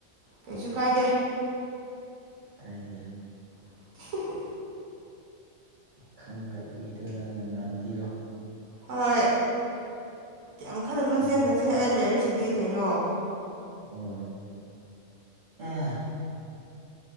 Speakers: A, on the right; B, on the right.
A: ꯀꯩꯁꯨ ꯀꯥꯏꯗꯦ
B: ꯀꯥꯏꯅꯦ
A: <inaudible>
B: ꯈꯪꯗꯕꯤꯒꯤꯗꯣ ꯅꯪꯅ ꯉꯥꯛꯄꯤꯔꯣ
A: ꯍꯣꯏ ꯀꯌꯥꯝ ꯈꯗꯅꯨꯁꯦ
B: ꯑꯉꯥꯡ
A: ꯅꯆꯦ ꯑꯩ ꯂꯩꯔꯤꯁꯤꯗꯤ ꯀꯩꯅꯣ
B: ꯑꫭ ꯑ